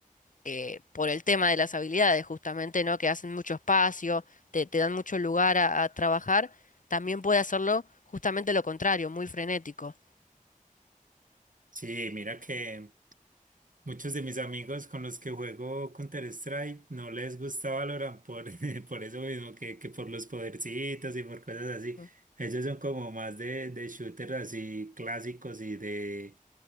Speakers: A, on the left; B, on the right.
A: eh, por el tema de las habilidades, justamente, ¿no? Que hacen mucho espacio, te, te dan mucho lugar a, a trabajar, también puede hacerlo justamente lo contrario, muy frenético.
B: Sí, mira que Muchos de mis amigos con los que juego Counter-Strike no les gusta Valorant por, <laughs> por eso mismo que, que por los podercitos y por cosas así.
A: Mm,
B: Ellos son como más de, de shooters así clásicos y de,